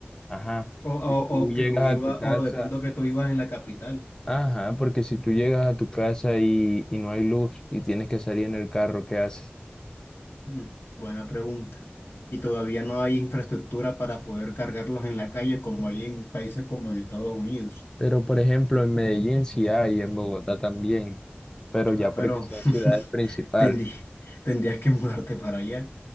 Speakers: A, on the left; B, on the left.
A: ajá,
B: O, o,
A: si tú
B: o
A: llegas
B: que tú ibas,
A: a tu casa,
B: o de pronto que tú ibas en la capital.
A: ajá, porque si tú llegas a tu casa y, y no hay luz y tienes que salir en el carro, ¿qué haces?
B: Mm, buena pregunta. Y todavía no hay infraestructura para poder cargarlos en la calle como hay en países como en Estados Unidos.
A: Pero, por ejemplo, en Medellín sí hay, en Bogotá también, pero ya
B: Ah,
A: porque
B: pero
A: son
B: <laughs>
A: ciudades principales.
B: tendrí- tendrías que mudarte para allá.